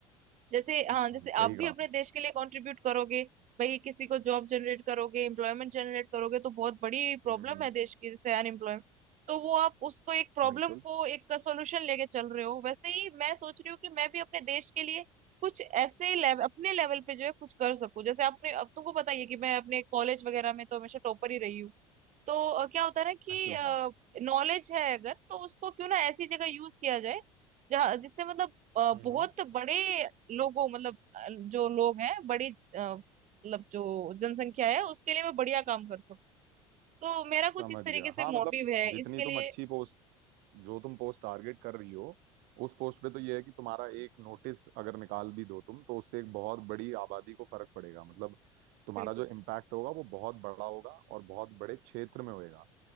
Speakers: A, on the right; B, on the right.
A: जैसे हाँ जैसे
B: हाँ सही
A: आप
B: कहा
A: भी अपने
B: आपने।
A: देश के लिए कंट्रीब्यूट करोगे भाई किसी को जॉब जनरेट करोगे एम्प्लॉयमेंट जनरेट करोगे तो बहुत बड़ी प्रॉब्लम
B: हम्म हम्म,
A: है देश की जैसे अनएम्प्लॉयमेंट तो वो आप उसको एक प्रॉब्लम
B: बिल्कुल
A: को एक सॉल्यूशन लेके चल रहे हो वैसे ही मैं सोच रही हूँ कि मैं भी अपने देश के लिए कुछ ऐसे लेव, अपने लेवल पे जो है कुछ कर सकूं जैसे आपने अब तुमको पता ही है कि मैं अपने कॉलेज वगैरह में तो हमेशा टॉपर ही रही हूँ तो अ, क्या होता है ना कि
B: बिल्कुल हाँ
A: नॉलेज है अगर तो उसको क्यों ना ऐसी जगह यूज किया जाए जहाँ जिससे मतलब अ,
B: हम्म
A: बहुत बड़े लोगों मतलब अ, जो लोग हैं बड़ी अ, मतलब जो जनसंख्या है उसके लिए मैं बढ़िया काम कर सकूँ तो मेरा कुछ
B: समझ
A: इस तरीके
B: गया
A: से
B: हाँ
A: मोटिव
B: मतलब
A: है
B: जितनी
A: इसके
B: तुम
A: लिए
B: अच्छी पोस्ट जो तुम पोस्ट टारगेट कर रही हो उस पोस्ट पे तो ये है कि तुम्हारा एक नोटिस अगर निकाल भी दो तुम तो उससे एक बहुत बड़ी आबादी को फर्क पड़ेगा मतलब तुम्हारा
A: बिल्कुल
B: जो इम्पैक्ट होगा वो बहुत बड़ा होगा और बहुत बड़े क्षेत्र में होएगा